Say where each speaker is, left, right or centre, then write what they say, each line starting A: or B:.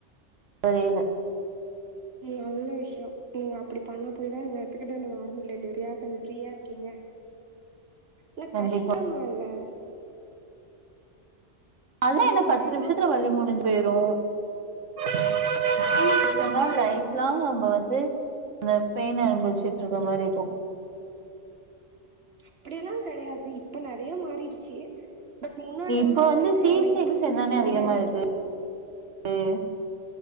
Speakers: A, on the right; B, on the right.
A: தெரியில
B: நல்ல விஷயம் நீங்க அப்படி பண்ண போயிதான் என்ன எத்துக்கிட்ட இந்த நார்மல் டெலிவரியா கொஞ்சோ ஃப்ரீயா இருக்கீங்க நன
A: கண்டிப்பா
B: கஷ்டமால <inaudible>
A: அதான்
B: எனக்கு
A: என்ன பத்து
B: பயமா
A: நிமிஷத்துல
B: இருக்கு
A: வழி முடிஞ்சு பேயிரும் <inaudible> <inaudible>
B: ம்
A: லைஃப்லாங் நம்ம வந்து வந்து அந்த பெயின அனுபவிச்சுட்டு இருக்க மாரி இருக்கும்
B: அப்டியெல்லாம் கெடையாது இப்ப நெறைய மாறிடுச்சு பட் முன்னாடி
A: இப்போ
B: வேணா அப்டி
A: வந்து
B: இருக்கலாம்
A: சி
B: நா
A: செக்ஷன்
B: இப்ப சிசேரியன்
A: தானே
B: பண்ணா
A: அதிகமா இருக்கு <unintelligible>